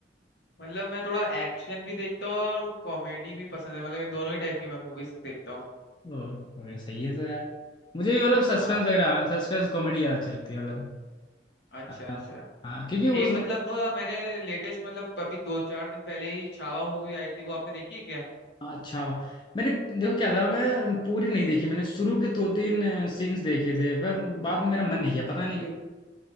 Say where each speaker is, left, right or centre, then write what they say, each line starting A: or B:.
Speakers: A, on the left; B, on the left.
A: मतलब मैं थोड़ा एक्शन भी देखता हूँ और कॉमेडी भी पसंद है मतलब ये दोनों ही टाइप की मैं मूवीज देखता हूँ
B: ओ, ओके सही है तो यार मुझे भी मतलब सस्पेंस
A: हाँ
B: वगैरह सस्पेंस कॉमेडी ज्यादा अच्छी लगती है मतलब
A: अच्छा अच्छा
B: हाँ हाँ, क्योंकि उसमें
A: एक मतलब अ, मैंने लेटेस्ट मतलब अभी दो चार दिन पहले ही छावा मूवी आई थी वो आपने देखी है क्या
B: अच्छा वाह। मैंने देखो क्या था मैं पूरी नहीं देखी मैंने शुरू के दो तीन सीन्स देखे थे पर बाद में मेरा मन नहीं किया पता नहीं क्यों तो